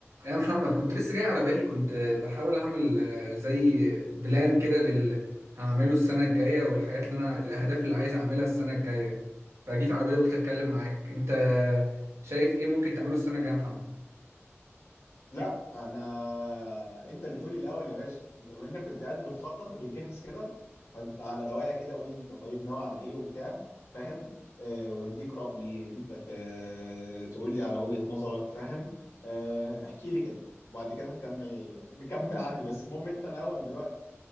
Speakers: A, on the right (about 80°); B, on the left (about 80°).
A: يا محمد كنت لسه جاي على بالي كنت بحاول اعمل آه، زي بلان كده لل هعمله السنة الجاية والحاجات اللي انا الاهداف اللي عايز اعملها السنة الجاية فجيت على بالي قلت اتكلم معاك انت شايف ايه ممكن تعمله السنة الجاية يا محمد
B: لا انا انت اللي تقولي الاول يا باشا انت بما انك كنت قاعد بتخطط وبتجهز كده فانت على رواقه كده قول لي انت طيب ناوي على ايه وبتاع فاهم أه واديك رايي انت ت... تقول لي على وجهه نظرك فاهم أه احكي لي كده وبعد كده نكمل نكمل عندي بس المهم انت الاول دلوقتي